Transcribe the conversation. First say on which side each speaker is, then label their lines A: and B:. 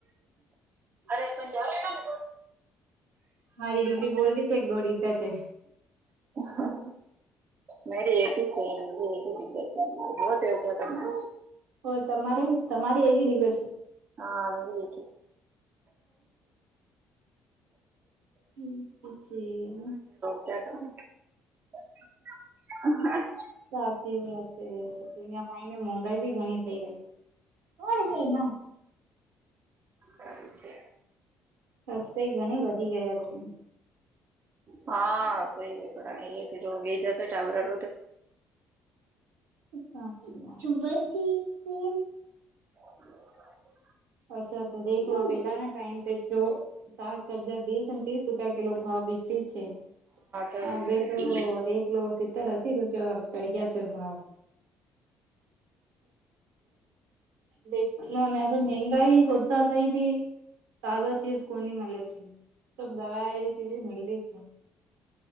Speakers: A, on the right; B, on the right.
A: અરે પજ દરેક વાત
B: મારી ડિગ્રી
A: <unintelligible>
B: બોલતી છે એક દો ડિગ્રા છે
A: હાહા મારે એક જ છે <unintelligible> બહુ ટેમ <unintelligible>
B: હો તમારે તમારે એવી ડિગ છે
A: હા હુ એકીસ
B: હમ એ પણ છે નહી
A: કયા કરુ <unintelligible>
B: સાચી જ વાત છે દુનિયામાં આવીઈને મોંઘાઈ બી ગણી થઇ ગઇ કોણ છે બા?
A: ફઈ છે
B: વસ્તી ઘણી વધી ગયા છે
A: હા સહી હ પણ જો વે જતો ટાબરા
B: <unintelligible>
A: હ <unintelligible>
B: અચ્છા તો દેખલો બેટા ટમ જો સાક સબજા બીસ અને ત્રીસ રૂપિયા કિલો ભાવ વહેંચે છે
A: સારું
B: હા બે
A: છે
B: તો એક કિલો સિત્તેર અસી રૂપિયા ચઢી ગયા છે ભાવ દેખલા મે તો મંગાઈ હોતા થઈ ભી તાજા ચીજ કોની મળે છે દાર એ રીતે મલતી છે